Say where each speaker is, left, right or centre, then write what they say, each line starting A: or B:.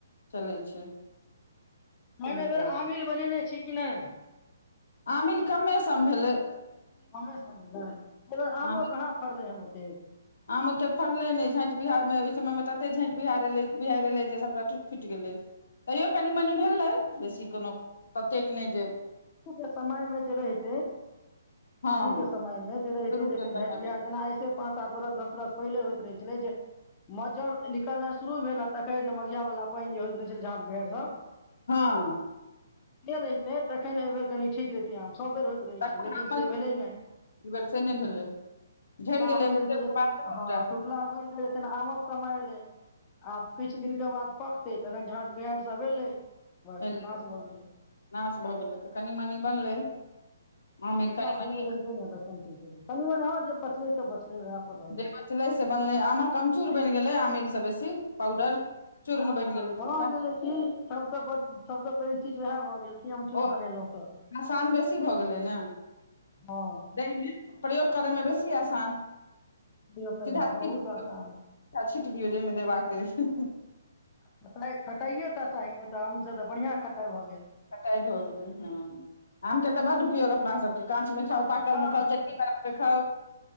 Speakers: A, on the left; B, on the left.
A: चलै छै सही
B: मने एहि
A: बात
B: बेर आमिल बनेने छी कि नइ
A: आमिल कमे सम भेलय
B: ओमे सम आमो
A: आम
B: कहाँ फड़लै हन ओतेक
A: आम ओते फड़लै नै झाँटि बिहार मे ओहि समय मे ए एते झाँटि बिहार ए बिहार एलै जे सभटा टूटि फुटि गेलै तैयो कनि मनि भेलै बेसी कोनो कतेक नहि ज
B: के समय में जे रहिते
A: हँ
B: शुरू के समय में जे रहे
A: शुरू
B: छै जखन
A: के
B: झठि
A: समय
B: बिहार
A: मे
B: जेना से पाँच सात बरस दस बरस पहिले होइत रहै छलै जे मज्जर निकलनाइ शुरू भेल तखे ने मघिया वला पनि जे होइत रहै छल झाट भड़ि सब
A: हँ
B: के रहिते तखन एहि बेर कनि ठीक रहितेै आम सब बेर हो रहै
A: तखन
B: छै लेकिन से भेलै नय
A: बेर से नहि भेलै झड़ि
B: बैके
A: गेलै
B: जन
A: बादे सबटा
B: हँ त गुलाब भ आमक समय एले आब किछ दिन के बाद प तखन झाट बिहार सब एलै बस
A: एलै
B: नाश भऽ गेलै
A: नाश भऽ गेलै तऽ कनी मनी बनलै आमिल
B: टा
A: कनि मनी
B: पनि रहितौ ने तखन चलि देलै कनि मनि हँ जे पचलै से पचलै उएह पर रहलै
A: जे बचलै से बनलै आमक आमचूर बनि गेलै आमील स बेसी पाउडर चूर्ण
B: आहा
A: बनि गेलै एकटा।
B: भ गेले कि सबस ब सबस पैघ चीज उएह भऽ गेल कि अमचूर
A: ओ
B: बनेलहुँ तऽ
A: नुकशान बेसी भऽ गेलै ने
B: हँ
A: दई में प्रयोग करै में बेसी आसान
B: प्रयोग करेलहुँ
A: छिट
B: बहुत आसान
A: दियौ जाहि में देबाक अछि
B: आ खटाइ खटाइए टा चाही ने तऽ आमसँ तऽ बढ़िआँ खटाइ भऽ गेल
A: कटाइ भऽ गेलै हँ आम के तऽ बड उपयोग अपना सबके काँच में खाउ पाकल
B: हँ
A: मे खाउ चट्टनी बनाउ खाउ